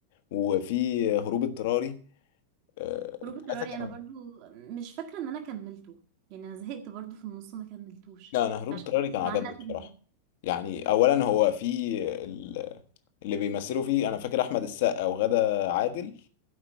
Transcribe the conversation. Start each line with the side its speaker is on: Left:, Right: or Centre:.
Left: وفي هروب اضطراري أه
Right: هروب
Left: الثلاثة
Right: اضطراري
Left: كانوا
Right: انا برضو مش فاكرة ان انا كملته يعني انا زهقت برضو في النص ما كملتوش
Left: لا أنا هروب
Right: عشان
Left: اضطراري
Right: كده
Left: كان
Right: مش
Left: عجبني
Right: معلقة
Left: بصراحة
Right: في دماغي
Left: يعني أولا هو في ال- اللي بيمثلوا فيه أنا فاكر أحمد السقا وغادة عادل